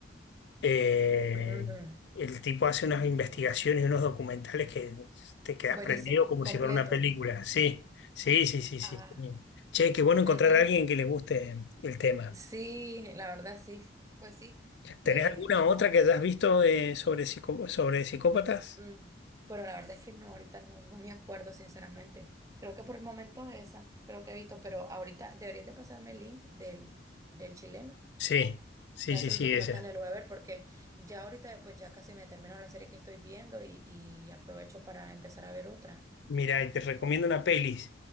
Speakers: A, on the left; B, on the right.
A: eh,
B: Ujú.
A: el tipo hace unas investigaciones y unos documentales que te quedas
B: Buenísimo.
A: prendido como
B: Completo.
A: si fuera una película. Sí, sí, sí, sí, sí.
B: Ah,
A: sí. Che, qué bueno
B: es
A: encontrar
B: de
A: a alguien que le guste el tema.
B: Sí, la verdad sí, pues sí,
A: ¿Tenés
B: eh,
A: alguna
B: me llamaba.
A: otra que hayas visto eh, sobre, psicó- sobre psicópatas?
B: Mm, Pero la verdad es que no, ahorita no, no me acuerdo, sinceramente. Creo que por el momento esa, creo que he visto, pero ahorita deberías de pasarme el link del, del chileno
A: Sí, sí,
B: que hace
A: sí, sí,
B: los documentales,
A: esa.
B: lo voy a ver porque ya ahorita pues ya casi me termino la serie que estoy viendo y, y aprovecho para empezar a ver otra.
A: Mira, y te recomiendo una peli